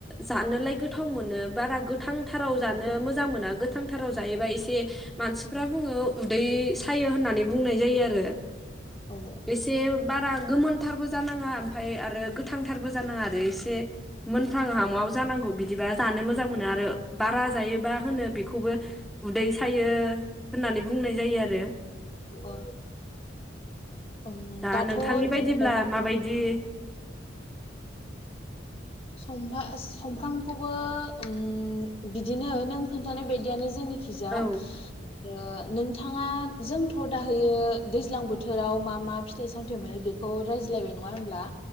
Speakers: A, in the centre; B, on the left (about 30°).
A: जानोलाय गोथाव मोनो बारा गोथांथाराव जानो मोजां मोना गोथांथाराव जायोबा एसे मानसिफ्रा बुङो उदै सायो होननानै बुंनाय जायो आरो।
B: औ
A: एसे बारा गोमोनथारबो जानाङा ओमफ्राय आरो गोथांथारबो जानाङा आरो एसे मोनफ्रां हाम'आव जानांगौ बिदिबा जानो मोजां मोनो आरो। बारा जायोबा होनो बेखौबो उदै सायो होननानै बुंनाय जायो आरो।
B: औ उम
A: दा
B: दाथ'
A: नोंथांनि
B: जोङो
A: बायदिब्ला माबायदि
B: समफा-समफ्रामखौबो उम बिदिनो नों खोन्थानाय बायदियानो जोंनि थिजा
A: औ
B: ओ नोंथाङा जोंथ' दाहोयो दैज्लां बोथोराव मा मा फिथाइ सामथायाइ मोनो बेखौ रायज्लायबाय नङा होमब्ला?